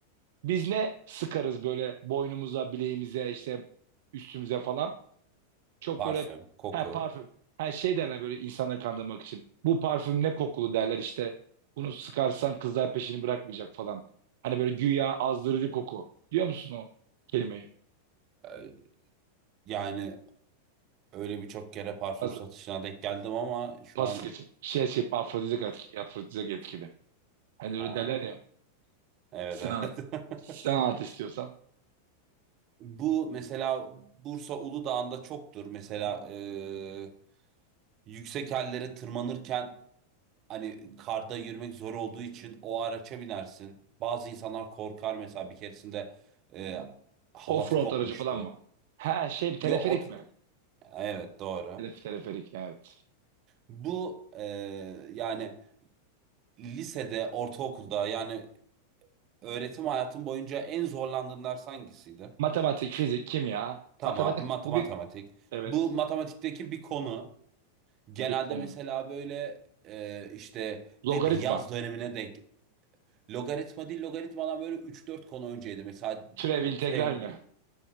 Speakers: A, on the right (about 55°); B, on the right (about 35°).
A: Biz ne sıkarız böyle boynumuza, bileğimize, işte üstümüze falan. Çok
B: Parfüm,
A: böyle
B: koku.
A: her parfüm. Her şey derler böyle insanları kandırmak için. Bu parfüm ne kokulu derler işte. Bunu sıkarsan kızlar peşini bırakmayacak falan. Hani böyle güya azdırıcı koku. Diyor musun o kelimeyi?
B: Ee, Yani Öyle birçok kere parfüm
A: Az,
B: satışına denk geldim ama şu
A: pas
B: an
A: geçin. Şey şey afrodizyak etkili. Afrodizyak etkili. Hani
B: ha,
A: öyle derler ya.
B: evet
A: Sen anlat.
B: evet. <laughs>
A: Sen anlat istiyorsan.
B: Bu mesela Bursa Uludağ'ında çoktur. Mesela e, yüksek yerlere tırmanırken hani karda yürümek zor olduğu için o araça binersin. Bazı insanlar korkar mesela bir keresinde e, halatı
A: Offroad
B: kopmuştu.
A: aracı falan mı? He şey mi,
B: Yo
A: teleferik
B: o
A: mi?
B: evet doğru.
A: Telef teleferik evet.
B: Bu e, yani lisede, ortaokulda yani öğretim hayatım boyunca en zorlandığın ders hangisiydi?
A: Matematik, fizik, kimya.
B: Tamam,
A: Matematik
B: mat
A: bu
B: matematik.
A: bir evet.
B: Bu matematikteki bir konu. Genelde
A: Bu bir konu.
B: mesela böyle e, işte
A: Logaritma.
B: hep yaz dönemine denk. Logaritma değil, logaritmadan böyle üç dört konu önceydi. Mesela
A: Türev
B: e,
A: integral
B: türev
A: mi?